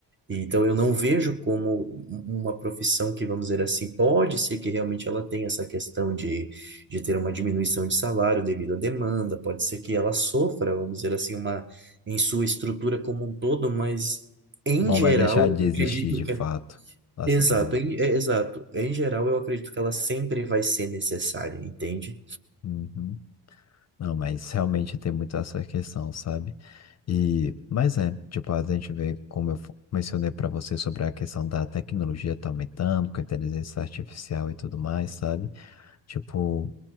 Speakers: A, on the right; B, on the left.
A: Então, eu não vejo como uma profissão que, vamos dizer assim, pode ser que realmente ela tenha essa questão de, de ter uma diminuição de salário devido à demanda, pode ser que ela sofra, vamos dizer assim, uma, em sua estrutura como um todo, mas em
B: Não
A: geral,
B: vai deixar
A: eu
B: de existir
A: acredito
B: de
A: que.
B: fato.
A: é,
B: Assim
A: Exato,
B: que eu
A: em, é, exato. Em geral, eu acredito que ela sempre vai ser necessária, entende?
B: Uhum. Não, mas realmente tem muito essa questão, sabe? E, mas é, tipo, a gente vê, como eu fo- mencionei para você sobre a questão da tecnologia tá aumentando, com a inteligência artificial e tudo mais, sabe? Tipo,